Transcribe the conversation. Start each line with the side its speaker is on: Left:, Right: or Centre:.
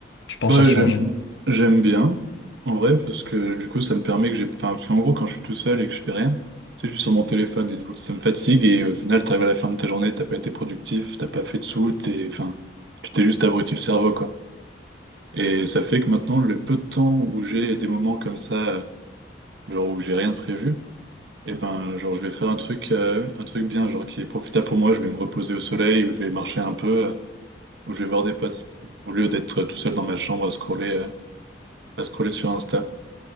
Left: Tu penses
Right: Bah,
Left: à changer?
Right: j'aime, j'aime bien, en vrai, parce que du coup, ça me permet que j'ai. Enfin, parce qu'en gros, quand je suis tout seul et que je fais rien, tu sais, je suis sur mon téléphone et du coup, ça me fatigue et au final, t'arrives à la fin de ta journée, t'as pas été productif, t'as pas fait de sous, t'es. Enfin, tu t'es juste abruti le cerveau, quoi. Et ça fait que maintenant, le peu de temps où j'ai des moments comme ça, euh, genre où j'ai rien de prévu, et ben, genre, je vais faire un truc, euh, un truc bien, genre qui est profitable pour moi. Je vais me reposer au soleil ou je vais marcher un peu euh, ou je vais voir des potes au lieu d'être tout seul dans ma chambre à scroller, euh, à scroller sur Insta.